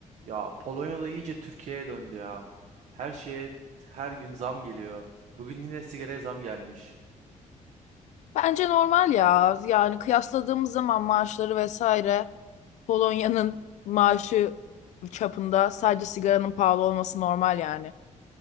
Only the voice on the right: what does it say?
Ya Polonya'da iyice Türkiye'ye döndü ya. Her şeye her gün zam geliyor. Bugün yine sigaraya zam gelmiş.